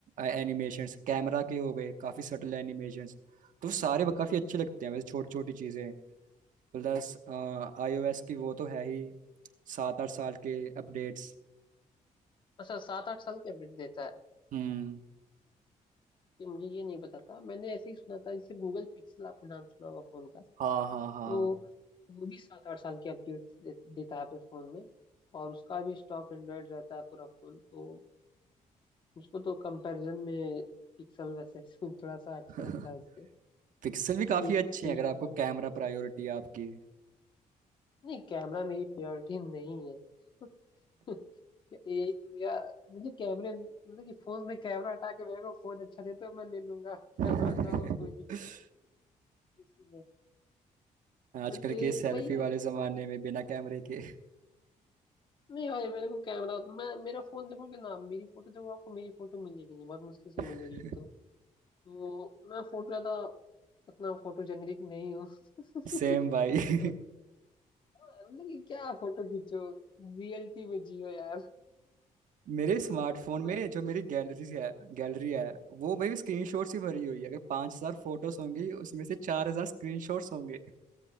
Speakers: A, on the right; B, on the left.
A: एनिमेशंस कैमरा के हो गए काफी सटल एनिमेशंस तो सारे ब- काफी अच्छे लगते हैं वैसे छोटी छोटी चीजें प्लस आईओएस
B: हम्म।
A: की वो तो है ही सात आठ साल के अपडेट्स
B: अच्छा सात आठ साल की अपडेट देता है
A: हम्म
B: कि मुझे ये नहीं पता था मैंने ऐसे ही सुना था जैसे गूगल पिक्सल आपने नाम सुना होगा फोन का
A: हाँ हाँ हाँ
B: तो वो भी सात आठ साल की अपडेट दे, देता है अपने फोन में और उसका भी स्टॉक एंड्रॉयड रहता है पूरा फोन तो मुझको तो कंपैरिजन में पिक्सल वैसे <laughs> थोड़ा सा अच्छा
A: <laughs>
B: लगता है उससे
A: पिक्सल
B: क्योंकि
A: भी काफी अच्छे
B: क्लीन
A: हैं अगर आपको कैमरा प्रायोरिटी है आपकी
B: नहीं कैमरा मेरी प्रायोरिटी नहीं है <laughs> यही तो भैया मुझे कैमरे मतलब कि फोन में कैमरा हटा के मेरे को फोन अच्छा दे तो मैं ले लूंगा कैमरा
A: <laughs>
B: <laughs> ना हो कोई दिक्कत किसी में
A: आजकल
B: बट
A: के सेल्फी
B: वही है
A: वाले जमाने में बिना कैमरे के
B: नहीं भाई मेरे को कैमरा मैं मेरा फोन देखोगे ना मेरी फोटो देखो आपको मेरी फोटो मिलेगी नहीं बहुत मुश्किल से मिलेगी
A: <laughs>
B: एक दो तो मैं फोटो ज्यादा उतना फोटो जेनरिक नहीं हूँ <laughs>
A: सेम भाई <laughs>
B: तो मतलब कि क्या फोटो खींचो रियलिटी में जियो यार
A: मेरे स्मार्टफोन
B: तो मैं
A: में
B: उतना-
A: जो मेरी गैलरी है गैलरी है वो भाई स्क्रीनशॉट ही भरी हुई है अगर पांच हजार फोटोज होंगी उसमें से चार हजार स्क्रीनशॉट्स होंगे